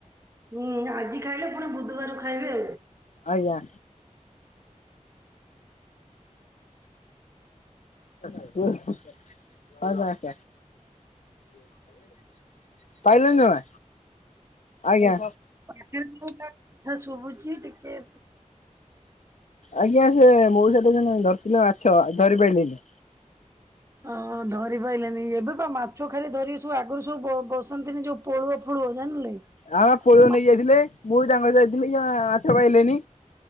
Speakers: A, on the right; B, on the left.
A: ହୁଁ ଆଜି ଖାଇଲେ ପୁଣି ବୁଧବାର ଖାଇବେ।
B: ଆଜ୍ଞା। କଣ ମ ଆସ <inaudible> ପାଇିଲେଣି ଜମା। ଆଜ୍ଞା।
A: ଚିକେନ୍‌ କୋଉଟା କଥା ଶୁଭୁଛି ଟିକେ-
B: ଆଜ୍ଞା ସେ ମୋଉସା ଦେଇଥିନେ ଧରିଥିଲେ ମାଛ ଧରି ପାଇଲିନି।
A: ହଁ ଧରି ପାଇଲେନି ଏବେ ପା ମାଛ ଖାଲି ଧରିବେ ସବୁ ଆଗରୁ ସବୁ ବ ବସନ୍ତିନି ଯୋଉ- ପୋଳୁଅ ଫୋଳୁଅ ଜାଣିଲେ।
B: ଆଁ ପୋଳୁଅ
A: ମାଛ
B: ନେଇକି ଯାଇଥିଲେ ମୁଁ ବି ତାଙ୍କ ସହ ଯାଇଥିଲି ଯାଁ ମାଛ ପାଇଲିନି।